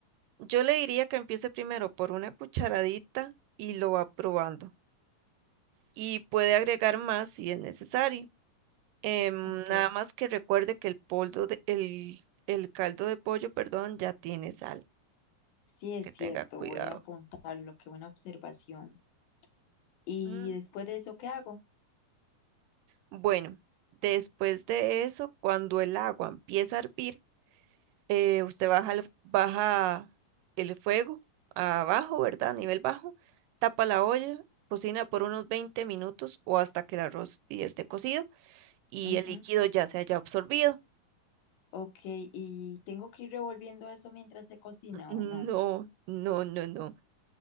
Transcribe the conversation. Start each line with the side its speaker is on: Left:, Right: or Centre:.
Right: Yo le diría que empiece primero por una cucharadita y lo va probando. Y puede agregar más si es necesario. Em,
Left: Ok,
Right: nada más que recuerde que el poldo de- el, el caldo de pollo, perdón, ya tiene sal.
Left: sí es
Right: Que
Left: cierto,
Right: tenga cuidado.
Left: voy a apuntarlo, qué buena observación. ¿Y
Right: Mm.
Left: después de eso qué hago?
Right: Bueno, después de eso, cuando el agua empieza a hervir, eh, usted baja el, baja el fuego abajo, ¿verdad? A nivel bajo, tapa la olla, cocina por unos 20 minutos o hasta que el arroz y esté cocido. y
Left: Ujú,
Right: el líquido ya se haya absorbido.
Left: Ok, ¿y tengo que ir revolviendo eso mientras se cocina
Right: No,
Left: o no?
Right: no, no, no.